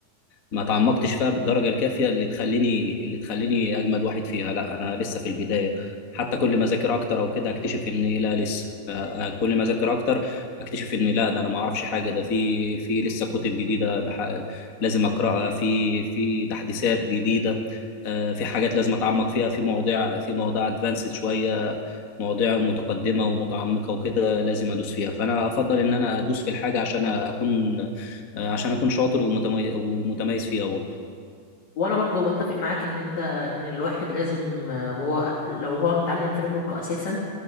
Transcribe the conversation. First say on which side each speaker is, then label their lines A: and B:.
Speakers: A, on the left (about 35°); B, on the left (about 50°).
A: ما تعمقتش فيها بالدرجة الكافية اللي تخليني اللي تخليني أجمد واحد فيها لا أنا لسه في البداية حتى كل ما أذاكر أكتر أو كده أكتشف إن لا لسه آه، آه، كل ما أذاكر أكتر أكتشف إن لا ده أنا ما أعرفش حاجة ده في في لسه كتب جديدة ده ح- لازم أقرأها في في تحديثات جديدة آه، في حاجات لازم أتعمق فيها في مواضيع في مواضيع أدفانسد شوية مواضيع متقدمة ومتعمقة وكده لازم أدوس فيها فأنا أفضل إن أنا أدوس في الحاجة عشان أكون آه، عشان اكون شاطر ومتمي- ومتميز فيها برضه
B: وانا برضو بتفق معاك ان انت ان الواحد لازم آه، وهو لو هو متعلم فريم ورك اساسا